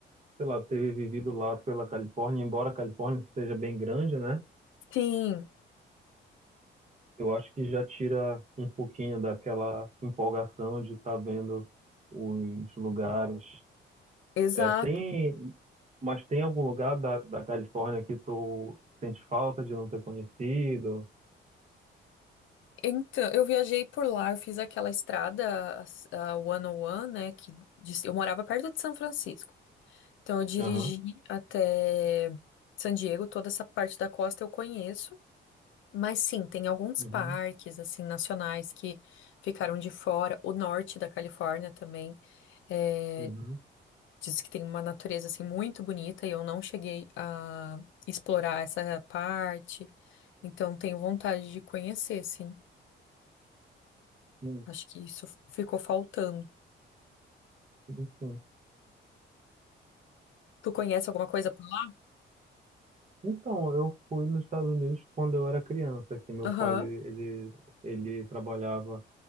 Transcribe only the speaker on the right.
sei lá, ter vivido lá pela Califórnia, embora a Califórnia seja bem grande, né?
Eu acho que já tira um pouquinho daquela empolgação de estar vendo os lugares.
É, tem, mas tem algum lugar da, da Califórnia que tu sente falta de não ter conhecido?
Aham.
Uhum.
Uhum.
Sim,
sim, sim.
Então, eu fui nos Estados Unidos quando eu era criança, que meu
pai ele, ele, ele trabalhava